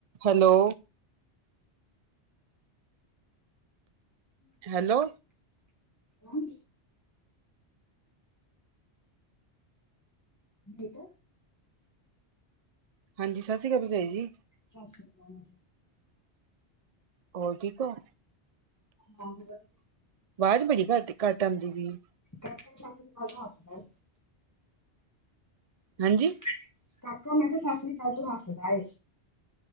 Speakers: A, on the right; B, on the left.
A: ਹੈਲੋ। ਹੈਲੋ!
B: ਹੂੰ। ਨੀਤੂ।
A: ਹਾਂਜੀ, ਸਸ੍ਰੀ ਕਾਲ, ਭਰਜਾਈ ਜੀ।
B: ਸਸ੍ਰੀ ਕਾਲ।
A: ਹੋਰ ਠੀਕ ਓਂ?
B: ਹਾਂ, ਵਦ
A: ਵਾਜ ਬੜੀ ਘੱਟ-ਕੱਟ ਆਂਦੀ ਪਈ ਏ।
B: ਕਾਕਾ ਸਸ੍ਰੀ ਕਾਲ ਤੋ ਹੱਸਦਾ ਏ,
A: ਹਾਂਜੀ
B: ਸਹੀ ਏ। ਕਾਕਾ 'ਮੈਂ' ਕੇਆ, ਸਸਰੀ ਕਾਲ ਤੋ ਹਸੱਦਾ ਏ।